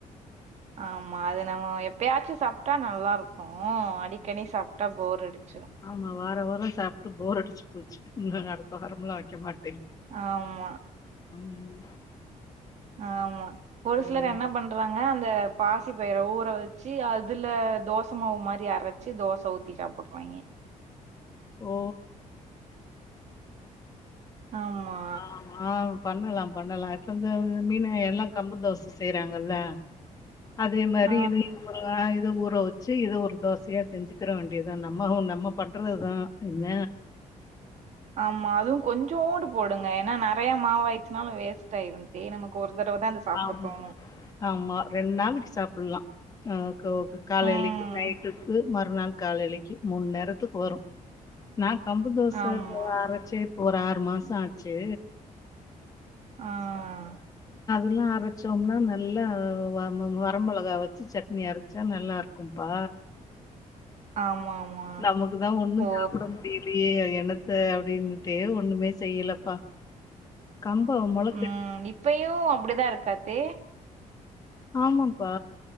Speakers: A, on the right; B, on the left.
A: ஆமா அது நம்ம எப்பயாச்சு சாப்டா நல்லா இருக்கும் அடிக்கடி சாப்டா போர் அடிச்
B: ஆமா வார வார சாப்ட்டு போர் அடிச்சு போச்சு அடுத்த வாரம்லா வைக்க மாட்டேன்
A: ஆமா
B: ம்.
A: ஆமா ஒரு
B: ம்.
A: சிலர் என்ன பண்றாங்க அந்த பாசி பயிர ஊற வச்சு அதுல தோச மாவு மாதரி அரைச்சு தோச ஊத்தி சாப்டுறாங்க
B: ஓ
A: ஆமா
B: ஆமா. ஆ பண்ணலாம் பண்ணலாம் இப்ப இந்த மீனா எல்லா கம்பு தோச செய்யுறாங்கல்ல அதே மாரி
A: ஆ.
B: இது இத ஊற வச்சு இத ஒரு தோசையா செஞ்சுக்கிற வேண்டியதான் நம்ம நம்ம பண்றதுதான் என்ன
A: ஆமா அதுவும் கொஞ்சோடு போடுங்க ஏன்னா நெறைய மாவாயிச்சுனாலும் வேஸ்ட் ஆயிடும் தே நமக்கு ஒரு தடவ தான் அத சாப்பிட
B: ஆமா
A: தோணும்.
B: ஆமா ரெண்டு நாளைக்கு சாப்புல்லா ஆஹ் காலைக்கு
A: ம்.
B: நைட்டுக்கு மறுநாள் காலைக்கு மூணு நேரத்துக்கு வரும் நா கம்பு தோச
A: ஆமா.
B: அரைச்சு ஒரு ஆறு மாசம் ஆச்சு
A: ஆஹ்
B: எல்லாம் அரைச்சோம்னா நல்லா வரமிளகா வச்சு சட்னி அரைச்சா நல்லா இருக்கும்பா
A: ஆமாமா.
B: நமக்கு தான் ஒண்ணும்
A: ஓ!
B: சாப்ட முடியலையே என்னத் அப்டின்னுட்டே ஒண்ணுமே செய்யலப்பா கம்ப மொளச்
A: உம் இப்பயும் அப்டிதான் இருக்கா தே
B: ஆமாப்பா